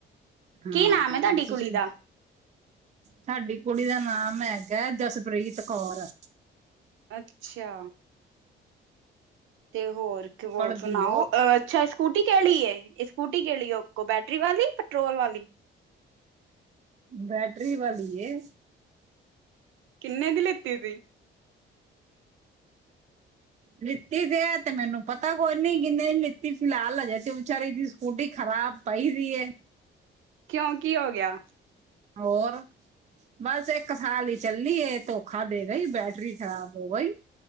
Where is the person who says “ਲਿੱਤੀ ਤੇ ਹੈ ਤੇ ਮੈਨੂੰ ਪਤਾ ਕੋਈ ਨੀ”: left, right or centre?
Right